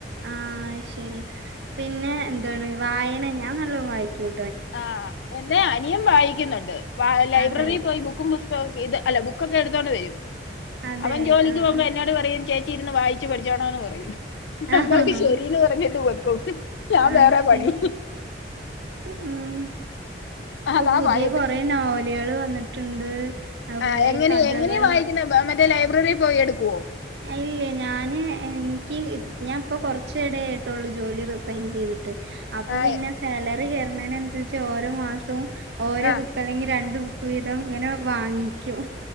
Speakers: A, on the right; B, on the left.
A: ആഹ ശെരി പിന്നെ എന്താണ് വായന ഞാൻ നല്ല വായിക്കും
B: ആ എന്റെ അനിയൻ വായിക്കുന്നുണ്ട് ലൈബ്രറിൽ
A: അതെ
B: പോയി ബുക്ക് ബുക്കും പുസ്തക അല്ല ബുക്കൊക്കെ എടുത്തോണ്ട് വരും
A: അതെ
B: അവൻ ജോലിക്ക്
A: ആഹ്
B: പോമ്പോ എന്നോട് പറയും ചേച്ചി യിരുന്ന് വായിച്ചു പഠിച്ചോണം എന്ന് പറയും നമ്മള്
A: ആഹ്
B: ശരീന്ന് പറഞ്ഞിട്ട് വെക്കും ഞാൻ
A: അത്
B: വേറെ
A: ശരി
B: പണി
A: ഉം ഇപ്പൊ
B: അതാ
A: പുതിയ
B: ഭയത്
A: കൊറേ നോവലുകൾ വന്നിട്ടുണ്ട് അതുപോലെ
B: ഏഹ് എങ്ങനെ
A: കഥകള്
B: എങ്ങനെയ വായിക്കുന്നെ മറ്റേ ലൈബ്രറിയിൽ പോയി എടുക്കുമോ
A: അല്ല ഞാന് എനിക്ക് ഞൻ ഇപ്പൊ കുറച്ചു ഇട ആയിട്ടൊള്ളൂ ജോലി റിസൈൻ ചെയ്തിട്ട് അപ്പൊ
B: ആ
A: പിന്നെ സാലറി കയറണേനനുസരിച്ച് ഓരോ മാസവും ഓരോ
B: ആ
A: ബുക്ക് അല്ലെങ്കിൽ രണ്ടു ബുക്ക് വീതം ഇങ്ങനെ വാങ്ങിക്കും